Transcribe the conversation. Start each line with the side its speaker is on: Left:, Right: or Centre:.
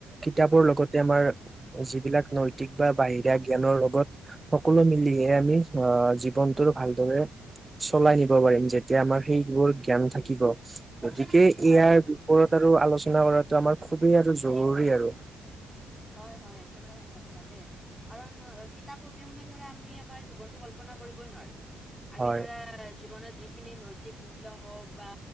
Right: কিতাপৰ লগতে আমাৰ যিবিলাক নৈতিক বা বাহিৰা জ্ঞানৰ লগত সকলো মিলিহে আমি আহ জীৱনটো ভালদৰে চলাই নিব পাৰিম যেতিয়া আমাৰ সেইবোৰ জ্ঞান থাকিব। গতিকে ইয়াৰ
Centre: হয়
Right: ওপৰত আৰু আলোচনা কৰাটো আমাৰ খুবেই আৰু জৰুৰী আৰু।
Centre: হয়, হয় একেবাৰে সঁচা কথা দে। কাৰণ আ কিতাপ অবিহনে ধৰা আমি আমাৰ জীৱনটো কল্পনা কৰিবই নোৱাৰো। আমি
Right: হয়,
Centre: ধৰা জীৱনত যিখিনি নৈতিকমূল্য হওঁক বা